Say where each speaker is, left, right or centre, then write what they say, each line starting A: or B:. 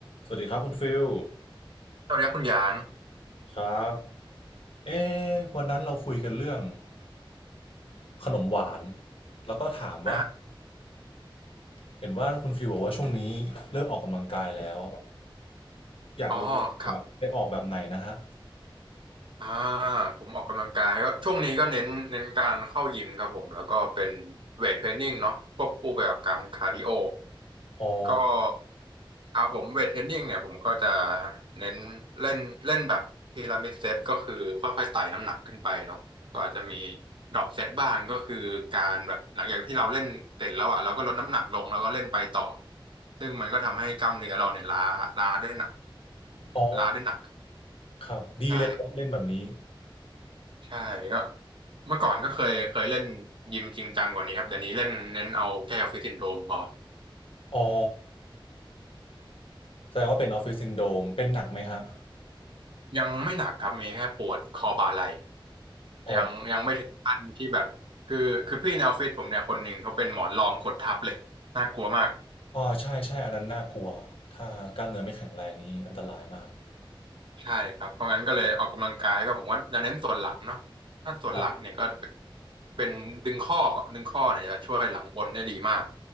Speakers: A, on the left; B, on the right.
A: สวัสดีครับคุณฟิล
B: สวัสดีครับคุณหยาง
A: ครับเอ๊ะวันนั้นเราคุยกันเรื่องขนมหวานแล้วก็ถามว่า
B: อ่า
A: เห็นว่าคุณฟิลบอกว่าช่วงนี้เริ่มออกกำลังกายแล้วอยากรู้ครับไปออกแบบไหนนะฮะ
B: อ๋อครับอ่าผมออกกำลังกายก็ช่วงนี้ก็เน้นเน้นการเข้ายิมครับผมแล้วก็เป็นเวทเทรนนิ่งเนาะควบคู่ไปกับการคาร์ดิโอ
A: อ๋อ
B: ก็ครับผมเวทเทรนนิ่งเนี่ยผมก็จะเน้นเล่นเล่นแบบพีระมิดเซตก็คือค่อยๆไต่น้ำหนักขึ้นไปเนาะก็อาจจะมีดรอปเซตบ้างก็คือการแบบหลังจากที่เราเล่นเสร็จแล้วอ่ะเราก็ลดน้ำหนักลงแล้วก็เล่นไปต่อซึ่งมันก็ทำให้กล้ามเนื้อเราเนี่ยล้าล้าได้หนัก
A: อ๋อ
B: ล้าได้หนัก
A: ครับดีเลยครับเล่นแบบนี้
B: ใช่ใช่ก็เมื่อก่อนก็เคยเคยเล่นยิมจริงจังกว่านี้ครับเดี๋ยวนี้เล่นเน้นเอาแก้อฟฟิตซินโดรมพอ
A: อ๋อแสดงว่าเป็นออฟฟิศซินโดรมเป็นหนักไหมฮะ
B: ยังไม่หนักครับมีแค่ปวดคอบ่าไหล่
A: อ๋อ
B: ยังยังไม่ถึงขั้นที่แบบคือคือพี่ในออฟฟิศผมเนี่ยคนหนึ่งเขาเป็นหมอนรองกดทับเลยน่ากลัวมาก
A: อ๋อใช่ใช่อันนั้นน่ากลัวถ้ากล้ามเนื้อไม่แข็งแรงนี้อันตรายมาก
B: ใช่ครับเพราะงั้นก็เลยออกกำลังกายก็ผมว่าจะเน้นส่วนหลังเนาะถ้าส่วนหลังเนี่ยก็
A: ครับ
B: เป็นดึงข้อดึงข้อเนี่ยจะช่วยหลังบนได้ดีมาก